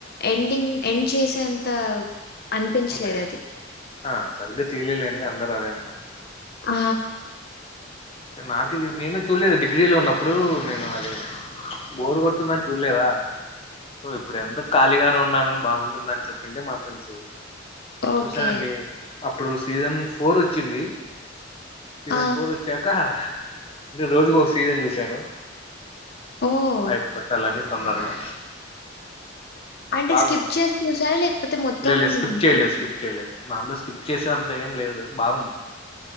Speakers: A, on the left; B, on the left.
A: ఎండింగ్ ఎండ్ చేసే అంత అనిపించలేదు
B: ఓకే
A: అది
B: ఆ సరిగ్గా తెలిలే అండి అందరు అదే అన్నారు
A: ఆ
B: నాకిది నేను చూడలేదు డిగ్రీలో ఉన్నప్పుడు నేను అది బోరు కొడుతుందని చూడలేదా సో ఇప్పుడు ఎందూకు ఖాళీగానే ఉన్నాను బాగుంటుందని చెప్పింటే మా ఫ్రెండ్స్
A: ఓకే.
B: చూసా అండి అప్పుడు సీజన్ ఫోర్ వచ్చింది సీజన్
A: ఆ!
B: ఫోర్ వచ్చాక ఇంక రోజుకు ఒక సీజన్ చూశాను
A: ఓహ్!
B: అయ్ప్కొట్టాలని తొందరగా
A: అంటే
B: బాగుంది
A: స్కిప్ చేసి చూసారా? లేకపోతే మొత్తం
B: లే లే స్కిప్ చేయలేదు
A: చూసా
B: స్కిప్ చేయలేదు దాన్లో స్కిప్ చేసే అంత ఏం లేదు బాగుంది